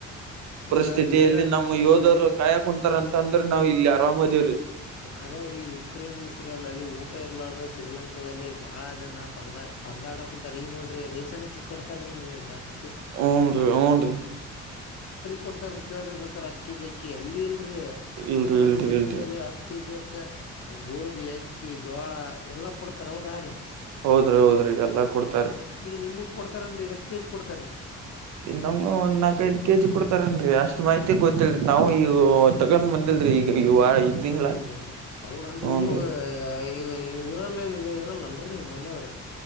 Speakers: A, on the right; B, on the left.
A: ಪರಿಸ್ಥಿತಿಯಲ್ಲಿ
B: ಈಗ ಇಂದಿರಾ
A: ನಮ್ಮ್
B: ಈಗ
A: ಯೋಧರು
B: ನೋಡ್ರಿ
A: ಕಾಯಾಕ್ ಕುಂತಾರ ಅಂತ ಅಂದ್ರೆ ನಾವ್ ಇಲ್ಲಿ ಆರಾಮ್ದೇವ್ರಿ
B: ಖರವರಿ ಉಕ್ರೇನ್ ಇಸ್ರೇಲ್ ಅಲ್ಲಿ ಊಟ ಇರಲಾರ ಶ್ರೀಲಂಕಾದ ಭ ಬಹಳ ಜನ ಪರ್ದ ಪರ್ದಾಡಕ್ ಕುಂತಾರ ಈಗ ನೋಡ್ರಿ ರೇೇಶನ್ಕ್ಕಿ ಕೊಡ್ತಾರ ಇಲ್ರರಿ ನಿಮ್ಗತ್
A: ಹಊನ್ ರೀ ಊನ್ ರೀ
B: ಕೊಡ್ತಾರೆ ಕೇಳಿಬೇಕೇಕಾರೆ ಹತ್ ಕೆಜಿ ಅಕ್ಕ ಅಲ್ಲಿ ರೀ
A: ಇಲ್ರಿ
B: ಅದೇ
A: ಇಲ್ರಿ
B: ನಮ್ ದೇಶದಲ್ಲಿ
A: ಇಲ್ರಿ
B: ಹತ್ ಕೆಜಿಕ ಗೋಧಿ ಅಕ್ಕಿ ಜೋಳ ಎಲ್ಲಾ ಕೊಡ್ತಾರ ಹೌದ್ರೀ
A: ಹೌದ್ರಿ ಹೌದ್ರಿ ಎಲ್ಲಾ ಕೊಡ್ತಾರ
B: ಈಗ ನಿಮಗ್ ಕೊಡ್ತಾರನ್ರಿ ಎಷ್ಟ ಕೆಜಿ ಕೊಡ್
A: ನಮ್ಗೆ ಒಂದ್ ನಾಕೈಐದ್ ಕೆಜಿ ಕೊೂಡ ತರೇನ್ರೀ ಅಷ್ಟ್ ಮಾಹಿತಿ ಗೊತ್ತಿಲ್ರಿ ನಾವು ಈ ತಗೊಂಡ್ ಬಂದಿಲ್ರರಿ ಈಗ ಈ ತಿಂಗಳ
B: ಹೌದಂದ್ರ ಹೌದಂದ್ರೆ
A: ಹೂನ್ರಿ
B: ನೀವು ಈ ಊರಲ್ಲಿ ಇರಲ್ಲನ್ರಿ ಮಲ್ಲ ಅವ್ರೆ